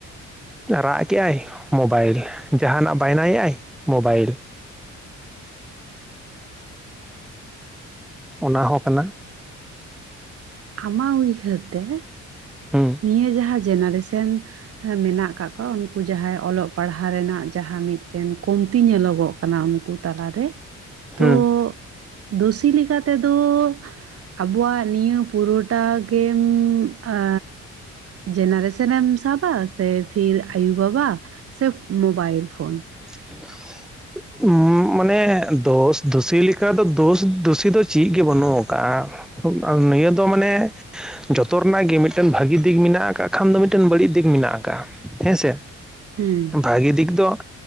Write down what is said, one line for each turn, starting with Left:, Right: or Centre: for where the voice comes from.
Centre: ᱨᱟᱜ ᱠᱮᱜᱼᱟᱭ ᱢᱚᱵᱟᱭᱤᱞ ᱡᱟᱦᱟᱱᱟᱜ ᱵᱟᱭᱱᱟᱭᱮᱜᱼᱟᱭ ᱢᱚᱵᱟᱭᱤᱞ᱾ ᱚᱱᱟ ᱦᱚᱸ ᱠᱟᱱᱟ᱾
Right: ᱟᱢᱟᱜ ᱩᱭᱦᱟᱹᱨ ᱛᱮ᱾
Centre: ᱦᱩᱸ
Right: ᱱᱤᱭᱟᱹ ᱡᱟᱦᱟᱸ ᱡᱮᱱᱟᱨᱮᱥᱮᱱ ᱢᱮᱱᱟᱜ ᱟᱠᱟᱜ ᱠᱚᱣᱟ ᱩᱱᱠᱩ ᱡᱟᱦᱟᱸᱭ ᱚᱞᱚᱜ ᱯᱟᱲᱦᱟᱣ ᱨᱮᱱᱟᱜ ᱡᱟᱦᱟᱸ ᱢᱤᱫ ᱴᱮᱱ ᱠᱚᱢᱛᱤ ᱧᱮᱞᱚᱜᱚᱜ ᱠᱟᱱᱟ ᱩᱱᱠᱩ ᱛᱟᱞᱟᱨᱮ ᱛᱚ,
Centre: ᱦᱩᱸ
Right: ᱫᱩᱥᱤ ᱞᱮᱠᱟ ᱛᱮᱫᱚ, ᱟᱵᱚᱣᱟᱜ ᱱᱤᱭᱟᱹ ᱯᱩᱨᱚᱴᱟ ᱜᱮᱢ ᱟ ᱡᱮᱱᱟᱨᱮᱥᱮᱱ ᱮᱢ ᱥᱟᱵᱟ ᱥᱮ ᱯᱷᱤᱨ ᱟᱭᱩ ᱵᱟᱵᱟ᱾ ᱥᱮ ᱢᱳᱵᱟᱭᱤᱞ ᱯᱷᱳᱱ᱾
Centre: <unintelligible> ᱢᱟᱱᱮ ᱫᱳᱥ ᱫᱩᱥᱤ ᱞᱮᱠᱟ ᱫᱚ ᱫᱳᱥ ᱫᱩᱥᱤ ᱫᱚ ᱪᱮᱫ ᱜᱮ ᱵᱟᱹᱱᱩᱜ ᱠᱟᱜᱼᱟ᱾ ᱱᱤᱭᱟᱹ ᱫᱚ ᱢᱟᱱᱮ, ᱡᱚᱛᱚ ᱨᱮᱱᱟᱜ ᱜᱮ ᱢᱤᱫᱴᱮᱱ ᱵᱷᱟᱹᱜᱤ ᱫᱤᱠ ᱢᱮᱱᱟᱜ ᱠᱟᱜ ᱠᱷᱟᱱ ᱫᱚ ᱢᱤᱫᱴᱮᱱ ᱵᱟᱹᱲᱤᱡᱽ ᱫᱤᱠ ᱢᱮᱱᱟᱜ ᱠᱟᱜᱼᱟ᱾ ᱦᱮᱸ ᱥᱮ?
Right: ᱦᱩᱸ,
Centre: ᱵᱷᱟᱜᱤ ᱫᱤᱠ ᱫᱚ,